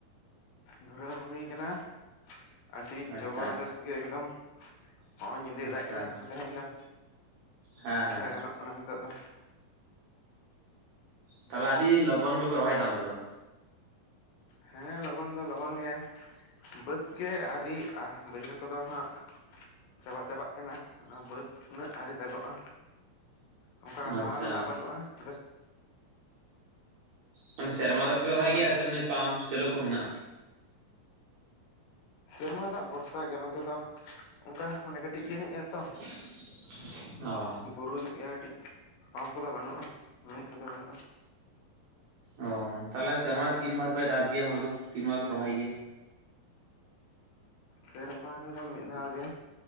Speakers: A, on the left; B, on the right.
A: ᱫᱷᱩᱨᱟᱹᱣ ᱦᱩᱭ ᱠᱟᱱᱟ ᱟᱹᱰᱤ
B: ᱟᱪᱪᱷᱟ
A: ᱡᱚᱵᱚᱨ ᱡᱚᱥᱛ ᱜᱮ ᱮᱠᱫᱚᱢ ᱦᱚᱜᱼᱚᱭ ᱧᱤᱫᱟᱹᱭ
B: ᱟᱪᱪᱷᱟ
A: ᱫᱟᱜ ᱠᱟᱫᱟ ᱛᱚ ᱛᱮᱦᱮᱧ ᱫᱚᱼᱼ
B: ᱦᱮᱸ
A: <unintelligible>
B: ᱦᱮᱸ
A: ᱜᱟᱱᱚᱜ ᱠᱟᱱᱟ ᱱᱤᱛᱚᱜ ᱫᱚᱼᱼ
B: ᱛᱟᱦᱚᱞᱮ ᱟᱹᱰᱤ ᱞᱚᱜᱚᱱ ᱜᱮᱯᱮ ᱨᱚᱦᱚᱭ ᱮᱫᱟ ᱚᱱᱛᱮ ᱫᱚ
A: ᱦᱮᱸ ᱞᱚᱜᱚᱱ ᱫᱚ ᱞᱚᱜᱚᱱ ᱜᱮ ᱵᱟᱹᱫᱽ ᱜᱮ ᱟᱹᱣᱨᱤ ᱭᱟᱜ-ᱟ ᱵᱟᱹᱭᱦᱟᱹᱲ ᱠᱚᱫᱚ ᱦᱟᱸᱜ ᱪᱟᱵᱟ ᱪᱟᱵᱟᱜ ᱠᱟᱱᱟ ᱚᱱᱟ ᱵᱟᱹᱫᱽ ᱩᱱᱟᱹᱜ ᱟᱣᱨᱤ ᱫᱟᱜᱚᱜᱼᱟ ᱚᱱᱠᱟ
B: ᱟᱪᱪᱷᱟ
A: ᱢᱟᱨᱟᱝ ᱫᱟᱜ ᱵᱟᱹᱱᱩᱜᱼᱟ ᱡᱟᱹᱥᱛᱤᱼᱼ
B: ᱢᱟᱱᱮ ᱥᱮᱨᱢᱟ ᱫᱟᱜ ᱛᱮᱯᱮ
A: ᱟᱫᱚ
B: ᱨᱚᱦᱚᱭ
A: ᱚᱱᱟᱜᱮ
B: ᱜᱮᱭᱟ ᱥᱮ
A: ᱦᱟᱸᱜ
B: ᱯᱟᱢᱯ ᱥᱮᱞᱳ ᱠᱚ ᱢᱮᱱᱟᱜᱼᱟ
A: ᱥᱮᱨᱢᱟ ᱫᱟᱜ ᱵᱷᱚᱨᱥᱟ ᱜᱮ ᱱᱚᱛᱮ ᱫᱚ ᱚᱱᱠᱟ ᱢᱟᱱᱮ ᱠᱟᱹᱴᱤᱡ ᱤᱭᱟᱹ ᱧᱚᱜ ᱜᱮᱭᱟ ᱛᱚ
B: <inaudible> ᱚᱸ
A: ᱵᱩᱨᱩ ᱧᱚᱜ ᱜᱮᱭᱟ ᱠᱟᱹᱴᱤᱡ ᱯᱟᱢᱯ ᱠᱚᱫᱚ ᱵᱟᱹᱱᱩᱜᱼᱟ ᱢᱮᱱᱤ ᱠᱚᱫᱚ ᱵᱟᱹᱱᱩᱜᱼᱟ
B: ᱚ ᱛᱟᱦᱞᱮ ᱥᱮᱨᱢᱟ ᱨᱮ ᱛᱤᱱ ᱵᱟᱨ ᱫᱟᱜ ᱜᱮᱭᱟ ᱦᱩᱲᱩ ᱫᱚ ᱛᱤᱱ ᱵᱟᱨ ᱯᱮ ᱨᱚᱦᱚᱭ ᱜᱮᱭᱟ
A: ᱥᱮᱨᱢᱟ ᱨᱮᱫᱚ ᱢᱤᱫ ᱫᱷᱟᱣ ᱜᱮ